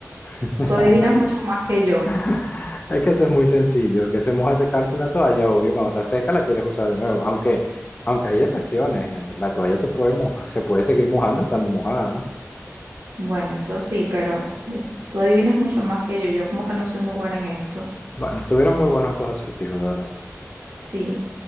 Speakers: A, on the left; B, on the right.
A: <laughs>
B: Tú adivinas mucho más que yo.
A: <laughs> Es que eso es muy sencillo, que se moja secarse una toalla, obvio, cuando está seca la quieres usar de nuevo, aunque, aunque hay excepciones, eh, la toalla se puede moja- se puede seguir mojando estando mojada, ¿no?
B: Bueno, eso sí, pero bien. Tú adivinas mucho más que yo. Yo como que no soy muy buena en esto.
A: Bueno, estuvieron muy buenos estos acertijos, de verdad.
B: Sí.